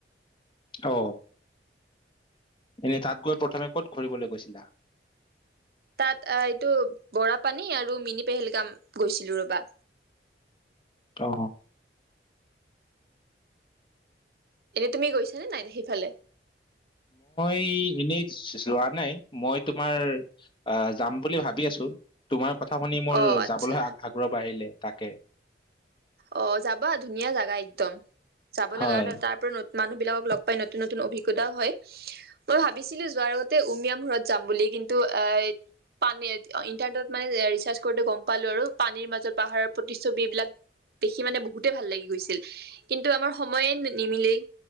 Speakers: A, on the left (about 30°); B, on the right (about 55°).
A: অ এনেই তাত গৈ প্ৰথমে ক'ত ঘূৰিবলৈ গৈছিলা?
B: তাত এইটো বৰা পানী আৰু মিনি। পেহেলগাম গৈছিলো ৰবা।
A: অ!
B: এনে তুমি গৈছ? নে নাই দে সিফালে।
A: হেই এনেই <unintelligible> যোৱা নাই মইতো। তোমাৰ অ যাম বুলি ভাবি আছো, তোমাৰ। কথা শুনি মোৰ
B: অ আচ্ছা
A: যাবলে আগ্ৰহ বাঢ়িলে। তাকে।
B: অ যাবা ধুনীয়া জাগা একদম। <unintelligible>
A: হয়
B: ল লগা তাৰপৰ ন <unintelligible> মানুহ বিলাকক লগ পাই নতুন নতুন অভিজ্ঞতাও হয়। মই ভাবিছিলো যোৱাৰ আগতে উমিয়াম ঘৰত যাম বুলি, কিন্তু এ পানী ইন্টাৰনেটত মানে ৰিচাৰ্চ কৰোতে গম পালো আৰু, পানীৰ মাজত পাহাৰৰ প্ৰতি্ছবি এইবিলাক দেখি মানে বহুতে ভাল লাগি গৈছিল কিন্তু আমাৰ সময়ে নিমিলিল।